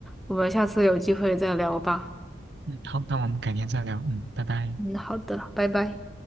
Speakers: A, in the centre; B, on the right.
A: 我们下次有机会再聊吧。
B: 嗯，好，那我们改天再聊。嗯，拜拜。
A: 嗯，好的，拜拜。